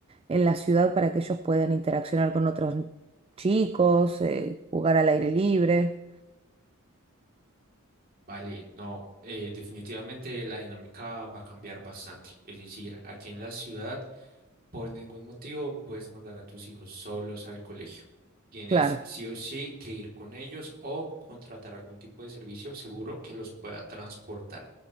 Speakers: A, on the right (about 25°); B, on the right (about 45°).
A: en la ciudad para que ellos puedan interaccionar con otros chicos, eh, jugar al aire libre.
B: Vale, no, eh, definitivamente la dinámica va a cambiar bastante. Es decir, aquí en la ciudad, por ningún motivo, puedes mandar a tus hijos solos al colegio. Tienes
A: Claro,
B: sí o sí que ir con ellos o contratar algún tipo de servicio seguro que los pueda transportar.